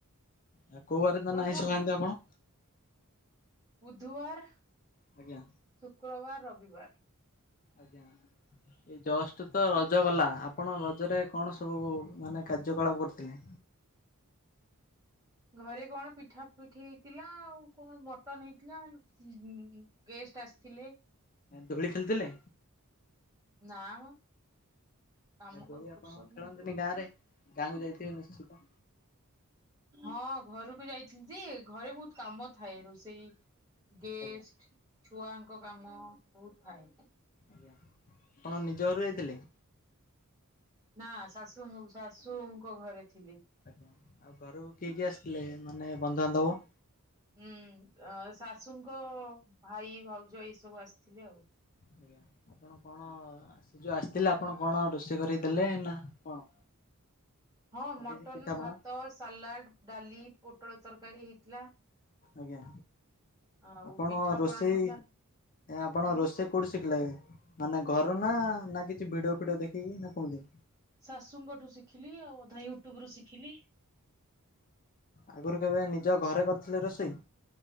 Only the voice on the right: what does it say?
ଖାଆନ୍ତି
ବୁଧବାର
ଶୁକ୍ରବାର ରବିବାର।
ଘରେ କଣ ପିଠା ପିଠି ହେଇଥିଲା ଆଉ କଣ ମଟନ ହେଇଥିଲା ଉଁ ହୁଁ ଗେଷ୍ଟ ଆସିଥିଲେ।
ନା ମ କାମ
କର ଫୁୁରସତ
ନାଇ ଦୋଳି।
ହଁ ଘରକୁ ଯାଇଥିଲି ଯେ ଘରେ ବହୁତ କାମ ଥାଏ ରୋଷେଇ ଗେଷ୍ଟ
ଛୁଆଙ୍କ କାମ ବହୁତ ଥାଏ।
ନା ଶାଶୁ ଶାଶୁଙ୍କ ଘରେ ଥିଲି।
ହୁଁ ଶାଶୁଙ୍କ ଭାଇ ଭଉଜ ଏଇ ସବୁ ଆସିଥିଲେି ଆଉ।
ହଁ
ମଟନ
ଭାତ ସାଲାଡ ଡାଲି ପୋଟଳ ତରକାରୀ ହେଇଥିଲା।
ଆଉ
ପିଠା
ପଣା ହେଇଥିଲା
ହୁଁ
ଶାଶୁଙ୍କଠୁ ଶିଖିଲି ଆଉ ଅଧାଇ ୟୁଟ୍ୟୁବ ରୁ ଶିଖିଲି।